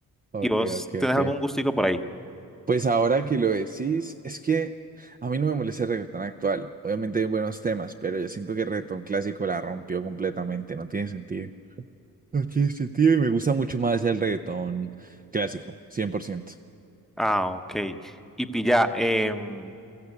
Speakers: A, on the right; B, in the centre.
A: Ok,
B: ¿Y vos
A: ok,
B: tenés
A: ok.
B: algún gustico por ahí?
A: Pues ahora que lo decís, es que a mí no me molesta el reggaetón actual. Obviamente hay buenos temas, pero yo siento que el reggaetón clásico la rompió completamente. No tiene sentido. No tiene sentido y me gusta mucho más el reggaetón clásico, 100%.
B: Ah, ok. Y pilla, em,